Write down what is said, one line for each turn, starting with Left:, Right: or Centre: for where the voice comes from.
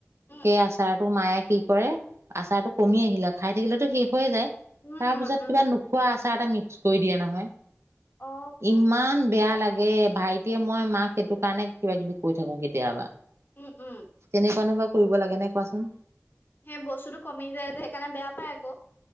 Left: উম
Right: সেই আছাৰ তোৰ মায়ে কি কৰে আচাৰটো কমি আহিলে খাই থাকিলেতো শেষ হৈয়ে যায়।
Left: উম
Right: তাৰ
Left: উম
Right: পিছত
Left: উম
Right: কিবা নোখোৱা আছে। তাতে মিক্স কৰি দিয়ে নহয়।
Left: অ
Right: ইমান বেয়া লাগে ভাইটিয়ে মই মাক সেইটো কাৰণে কিবা কিবি কৈ থাকো কেতিয়াবা।
Left: উম উম
Right: তেনেকুৱানো বা কৰিব লাগে নে কোৱাচোন।
Left: সেই বস্তুতটো কমি যায় যে সেইকাৰণে বেয়া পায় আকৌ।